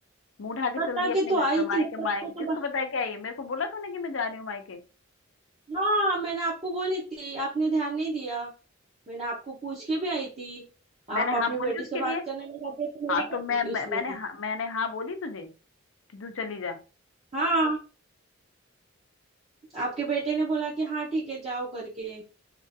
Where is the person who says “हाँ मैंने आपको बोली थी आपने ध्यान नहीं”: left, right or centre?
Right